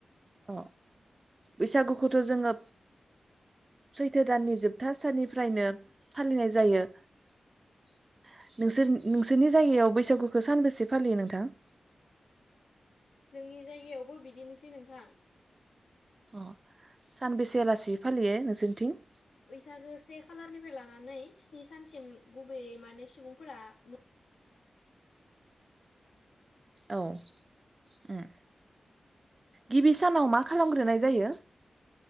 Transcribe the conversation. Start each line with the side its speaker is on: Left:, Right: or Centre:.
Right: अ बैसागुखौथ' जोङो सैथो दाननि जोबथा साननिफ्रायनो फालिनाय जायो। नोंसोर नोंसोरनि जायगायाव बैसागुखौ सानबेसे फालियो नोंथां?
Left: जोंनि जायगायावबो बिदिनोसै नोंथां।
Right: अ-सानबेसेआलासि फालियो नोंसोरनिथिं?
Left: बैसागो से खालारनिफ्राय लानानै स्नि सानसिम गुबैयै माने सुबुंफोरा मो
Right: औ ओम गिबि सानाव मा खालामग्रोनाय जायो?